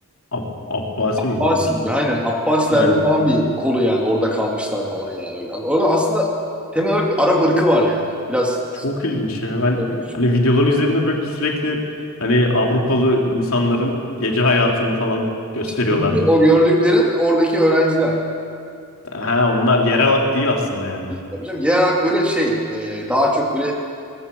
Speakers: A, on the left; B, in the centre.
A: Ab Abbasi
B: Abbasi
A: miydi neydi?
B: gibi aynen Abbasilerden
A: Aynen.
B: falan bir kolu yani orada kalmışlar falan yani öyle. Yani orada aslında temel olarak bir Arap ırkı var yani. Biraz
A: Çok ilginç ya. Ben
B: olmuş.
A: hani videoların üzerinde böyle sürekli hani Avrupalı insanların gece hayatını falan gösteriyorlardı.
B: Çünkü o gördüklerin oradaki öğrenciler.
A: Ha onlar yerel halk değil aslında yani.
B: Tabii canım, genel olarak böyle şey e, daha çok böyle